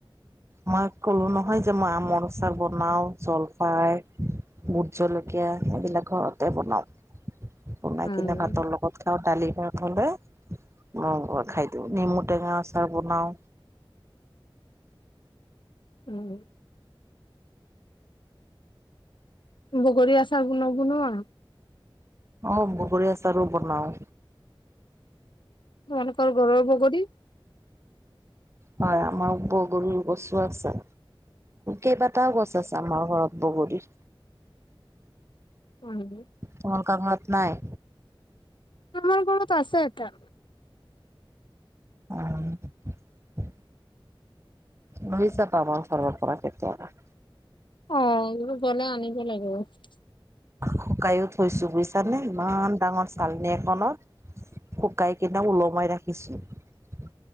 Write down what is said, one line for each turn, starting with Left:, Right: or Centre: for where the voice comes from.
Right: মই ক'লো নহয় যে মই আমৰ আচাৰ বনাও জলফাই ভোট জলকীয়া এইবিলাক ঘৰতে বনাওঁ। বনাই
Left: উম,
Right: কিনে ভাতৰ লগত খাওঁ দালি ভাত হলে। ম অ খাই দিওঁ, নিমুটেঙা আচাৰ বনাওঁ।
Left: উম। বগৰী আচাৰ নবনুৱা?
Right: অ', বগৰী আচাৰো বনাওঁ।
Left: তোমালোকৰ ঘৰৰ বগৰী?
Right: হয় আমাৰ বগৰু গছো আছে, কেইবাটাও গছ আছে আমাৰ ঘৰত। বগৰী।
Left: উম।
Right: তোমালোক ঘৰত নাই?
Left: আমাৰ ঘৰত আছে এটা।
Right: অ'। নুইছা পাবঞ্চলৰ পৰা কেতিয়াবা।
Left: অ' এইবোৰ গলে আনিব লাগিব।
Right: শুকাইো থৈছো বুজিছা নে ইমান ডাঙৰ চালনি এখনত শুকাই কেনে ওলমাই ৰাখিছোঁ।